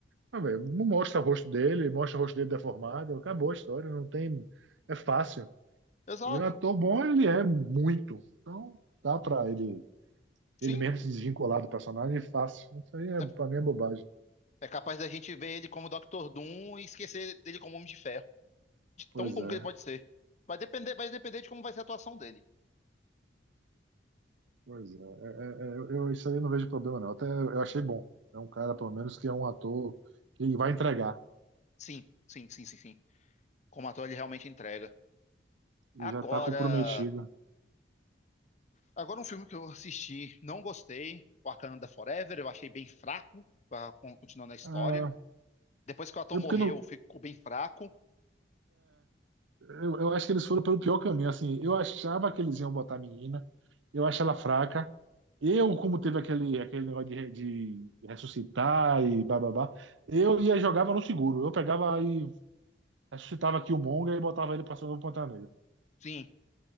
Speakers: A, on the right (about 75°); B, on the left (about 35°).
A: Ah, velho, não mostra o rosto dele, mostra o rosto dele deformado, acabou a história, não tem. É fácil.
B: Exato.
A: E o ator bom, ele é muito. Então, dá pra ele, ele
B: Sim.
A: mesmo se desvincular do personagem, é fácil. Isso aí, é,
B: É
A: pra mim, é bobagem.
B: é capaz da gente ver ele como Dr. Doom e esquecer dele como Homem de Ferro. De
A: Pois
B: tão bom
A: é.
B: que ele pode ser. Vai depender, vai depender de como vai ser a atuação dele.
A: Pois é, é, é, é, eu, eu- isso aí eu não vejo problema não. Até eu achei bom. É um cara, pelo menos, que é um ator que vai entregar
B: Sim, sim, sim, sim, sim. Como ator ele realmente entrega.
A: e
B: Agora,
A: já tá comprometido.
B: agora um filme que eu assisti, não gostei, Wakanda Forever, eu achei bem fraco, pra- con- continuando a história.
A: Ah,
B: Depois que o ator
A: eu,
B: morreu,
A: porque não,
B: ficou bem fraco.
A: eu, eu acho que eles foram pelo pior caminho. Assim, eu achava que eles iam botar a menina, eu acho ela fraca. Eu, como teve aquele, aquele negócio de, re- de ressuscitar e bababá, eu ia e jogava no seguro. Eu pegava e ressuscitava Killmonger e botava ele pra ser o novo Pantera Negra.
B: Sim.